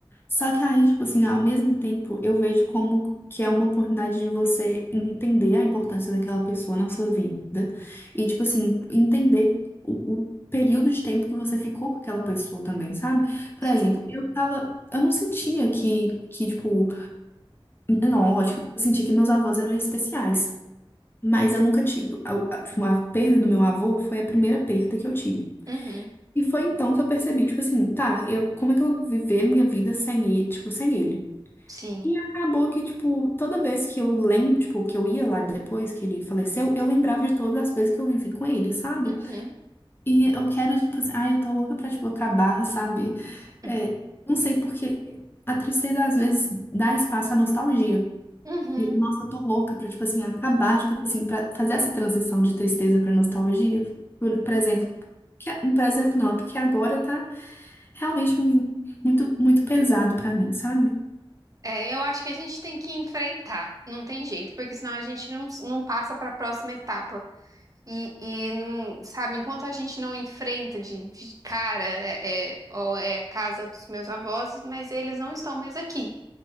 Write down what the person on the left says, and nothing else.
Só que aí, tipo assim, ao mesmo tempo, eu vejo como que é uma oportunidade de você entender a importância daquela pessoa na sua vida e, tipo assim, entender o, o período de tempo que você ficou com aquela pessoa também, sabe? Por
exemplo, eu tava, eu não sentia que, que tipo, não, lógico, eu sentia que meus avós eram especiais, mas eu nunca tive, a, a tipo, a perda do meu avô foi a primeira perda que eu tive.
E foi então que eu percebi, tipo assim, tá, eu, como é que eu vou viver minha vida sem ele, tipo, sem ele?
E acabou que, tipo, toda vez que eu lembro, tipo, que eu ia lá depois que ele faleceu, eu lembrava de todas as coisas que eu vivi com ele, sabe?
E eu quero, tipo assim, ai, eu tô louca pra, tipo, acabar, sabe? É,
não sei porque a tristeza às vezes dá espaço à nostalgia.
E, nossa, eu tô louca pra, tipo assim, acabar, tipo assim, pra fazer essa transição de tristeza pra nostalgia, por, por exemplo. Que, por exemplo, não, é porque agora tá realmente mu- muito, muito pesado pra mim, sabe?